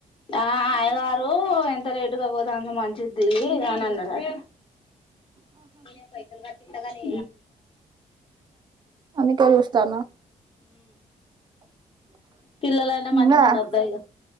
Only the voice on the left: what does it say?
ఆ ఆయగారు ఎంత లేటుగా పోతే అంత మంచిది అని అన్నారట మీ పైసలు కటి గానీ
కిల్లా లాైనా మంచించ
హంద ర్ధా